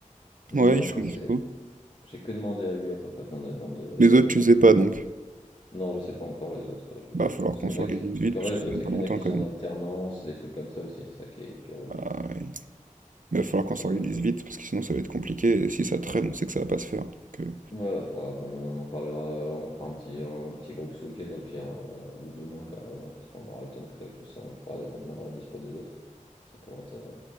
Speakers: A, on the left (about 40°); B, on the right (about 75°).
A: mais
B: Ouais, ils
A: après
B: sont dispo.
A: c'est j'ai que demandé à lui, après faudrait qu'on demande, heu,
B: Les autres,
A: demande
B: tu sais
A: aux
B: pas
A: autres.
B: donc.
A: Non, je sais pas encore les autres, ouais, je
B: Bah,
A: t'avoue,
B: falloir
A: parce
B: qu'on
A: qu'il
B: s'organise
A: y en a qui parce
B: vite,
A: qu'en
B: parce
A: fait, le
B: que
A: truc,
B: c'est dans
A: c'est
B: pas
A: qu'il
B: longtemps
A: y en a qui
B: quand
A: sont
B: même.
A: en alternance, des trucs comme ça aussi, c'est ça qui est qui est relou.
B: Ah, ouais. Mais il va falloir
A: Donc
B: qu'on
A: faudrait
B: s'organise vite parce que sinon ça va être compliqué et si ça traîne,
A: ouais.
B: on sait que ça va pas se faire. Donc, euh,
A: Ouais, bah, faudra qu'on on en parlera, euh, on fera un petit, un petit groupe ce week-end au pire, euh, ou demain carrément, parce qu'on aura le temps de créer tout ça, on le fera et on demandera les dispo des autres. Ça pourrait être, euh,